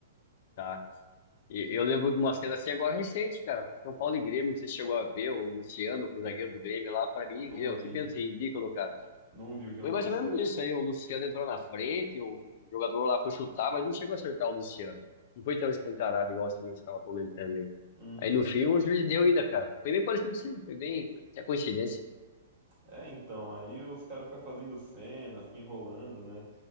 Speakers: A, on the left; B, on the right.
A: tá? E eu lembro de uma cena assim agora recente, cara. São Paulo e Grêmio, não sei se chegou a ver, o Luciano, o zagueiro do Grêmio lá, pra mim,
B: Não
A: eu,
B: vi,
A: que pênalti ridículo, cara.
B: não vi o que aconteceu.
A: Foi mais ou menos isso aí. O Luciano entrou na frente, o o jogador lá foi chutar, mas não chegou a acertar o Luciano. Não foi tão escancarado igual você mesmo estava comentando aí.
B: Uhum.
A: Aí no fim o juiz deu ainda, cara. Foi bem parecido isso aí, foi bem, até coincidência.
B: É, então, aí os caras ficam fazendo cena, ficam enrolando, né?